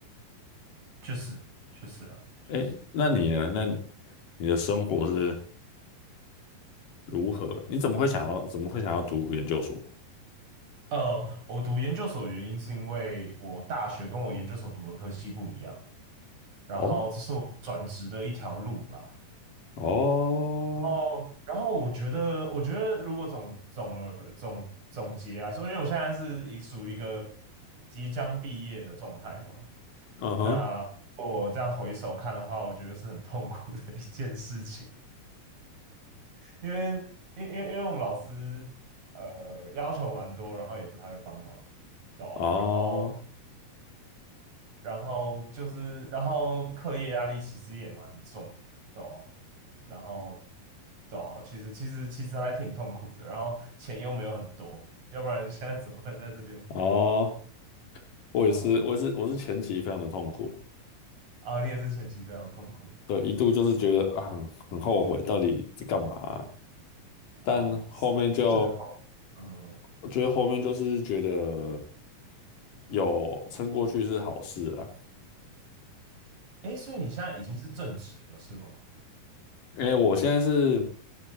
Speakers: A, on the right (about 55°); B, on the left (about 65°).
A: 确实，确实啦，确实。
B: 哎，那你呢？那你的生活是如何？你怎么会想要怎么会想要读研究所？
A: 呃，我读研究所的原因是因为我大学跟我研究所读的科系不一样，然后这是我转职的一条路啦。
B: 哦哦，
A: 哦，然后我觉得，我觉得如果总总而总总结来说，因为我现在是已属于一个即将毕业的状态嘛，
B: 嗯哼，
A: 那我这样回首看的话，我觉得是很痛苦的一件事情，因为因因因为我们老师呃要求蛮多，然后也不太会帮忙。对啊然后
B: 啊。
A: 然后就是，然后课业压力其实也蛮重的，对啊然后，对啊，其实其实其实还挺痛苦的，然后钱又没有很多，要不然现在怎么会在这边？
B: 哦，我也是，
A: 对啊，
B: 我也是，我是前期非常的痛苦，
A: 啊，你也是前期非常痛苦哦，
B: 对，一度就是觉得啊很很后悔，到底在干嘛啊但后面就，
A: 哦，事事后，嗯，
B: 我觉得后面就是觉得有撑过去是好事啊，
A: 诶，所以你现在已经是正职了，是吗？
B: 因为我现在是